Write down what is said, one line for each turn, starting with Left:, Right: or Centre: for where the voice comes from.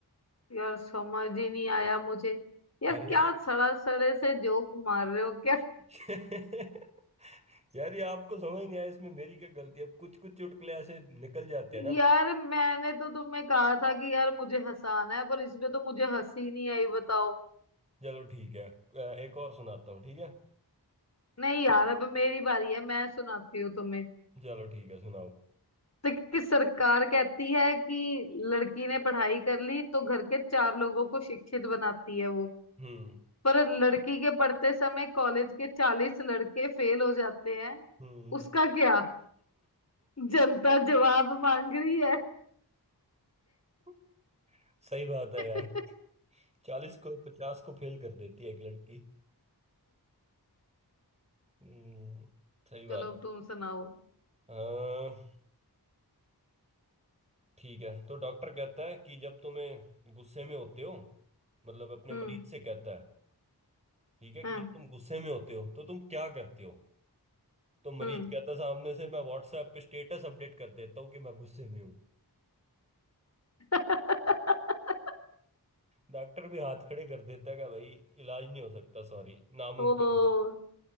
Left: यार समझ ही नहीं आया मुझे यार
Right: अरे
Left: क्या सड़ा सड़े से जोक मार रहे हो क्या
Right: <laughs> यार ये आपको समझ नहीं आया इसमें मेरी क्या गलती है अब कुछ कुछ चुटकुले ऐसे निकल जाते हैं ना
Left: यार मैंने तो तुम्हें कहा था कि यार मुझे हंसाना है पर इसमें तो मुझे हंसी नहीं आई बताओ
Right: चलो ठीक है अ, एक और सुनाता हूँ ठीक है
Left: नहीं यार अब मेरी बारी है मैं सुनाती हूँ तुम्हें
Right: चलो ठीक है सुनाओ
Left: तो कि सरकार कहती है कि लड़की ने पढ़ाई कर ली तो घर के चार लोगों को शिक्षित बनाती है वो
Right: हम्म
Left: पर लड़की के पढ़ते समय कॉलेज के चालीस लड़के फेल हो जाते हैं
Right: हम्म
Left: उसका क्या जनता जवाब मांग रही है
Right: <laughs> सही बात है
Left: <laughs>
Right: यार चालीस को पचास को फेल कर देती है एक लड़की हम्म सही बात
Left: चलो
Right: है
Left: अब तुम सुनाओ
Right: हाँ ठीक है तो डॉक्टर कहता है कि जब तुम्हें गुस्से में होते हो मतलब अपने
Left: हम्म
Right: मरीज से कहता है ठीक है कि
Left: हम्म
Right: जब तुम गुस्से में होते हो तो तुम क्या करते हो तो मरीज
Left: हम्म
Right: कहता है, सामने से मैं व्हाट्सएप पे स्टेटस अपडेट कर देता हूँ कि मैं गुस्से में हूँ
Left: <laughs>
Right: डॉक्टर भी हाथ खड़े कर देता है कि भाई इलाज नहीं हो सकता सॉरी नामुमकिन
Left: ओ
Right: है भाई